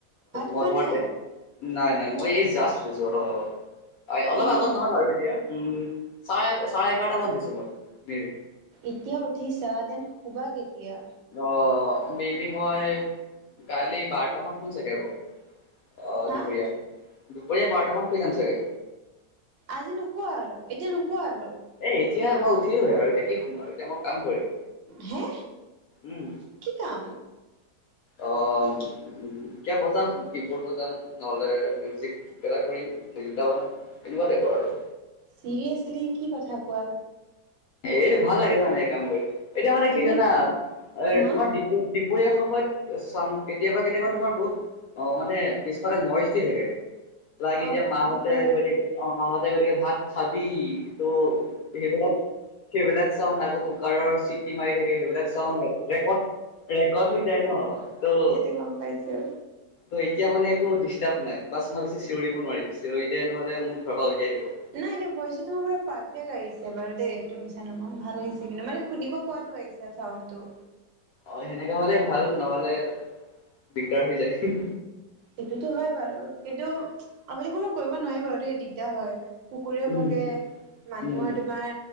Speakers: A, on the right; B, on the left.
A: ভাত খোৱা
B: মই তোমাৰতে
A: নাই
B: নাই নাই মই এই জাষ্ট উঠিছোঁ অলপ আগত, অলপ
A: উম
B: আগত নহয় বাৰু এতিয়া। উম, চাৰে চাৰে, ইঘৰটা মানত দিছোঁ মই হেৰিট
A: এতিয়া উঠিছা দেন শুবা কেতিয়া?
B: অ', মেবী মই কালি বাৰটামান শুম চাগে আকৌ। অ',
A: হা
B: দুপৰীয়া দুপৰীয়া বাৰটামানত শুই যাম চাগে।
A: আজি নুশুৱা আৰু এতিয়া নুশুৱা আৰু?
B: এ এতিয়া মই উঠিলো আৰু এতিয়া কি শুম আৰু এতিয়া মই কাম কৰিম,
A: হে
B: উম,
A: কি কাম?
B: অ', কিবা বজাম, কিবোৰ্ড বজাম, নহলে মিউজিক, কিবা এটা কৰিম দুটা মানত এনেকুৱা <unintelligible> আৰু
A: চিৰিয়াছলি কি কথা কোৱা?
B: এইটো ভাল লাগে ন' এনেকে কাম কৰি, এতিয়া মানে
A: তুমি
B: কি জানা <unintelligible>
A: হা
B: দুপৰীয়া সময়ত চাম কেতিয়াবা কেতিয়াবা তোমাৰ বহুত অ', মানে পিছফালে নইচ দি থাকে, লাইক
A: অ
B: এতিয়া মাহঁতে
A: সেইটো হয়
B: কৈ থাকে অ', মাহঁতে কৈ থাকে, ভাত খাবি ত' সেইবিলাক সেইবিলাক চাওঁ আকৌ কুকাৰৰ চিটি মাৰি থাকে সেইবিলাক চাউণ্ড ৰেকৰ্ড ৰেকৰ্ড হৈ যায় ন' ত'
A: সেইটো গম পাই ছো
B: ত' এতিয়া মানে একো ডিষ্টাৰ্ব নাই, বাছ মই বেছি চিঞৰিব নোৱাৰিম, চিঞৰি নহলে মোক ঘৰ পৰা উলিয়াই দিব।
A: নাই এনেই ভইচটো তোমাৰ পুৰা পাৰফেক্ট আহিছে বাৰু দেই এইটো মিছা নকওঁ, ভাল আহিছে কিন্তু মানে শুনিব পোৱাতো আহিছে চাউণ্ডটো
B: অ', সেনেকা হলে ভাল নহলে দিগদাৰ হৈ যায়।
A: সেইটোতো হয় বাৰু কিন্তু আমি <unintelligible> কৰিব নোৱাৰি বাৰু দেই দিগদাৰ হয়। কুকুৰেও
B: উম
A: ভকে মানুহৰ
B: উম।
A: তোমাৰ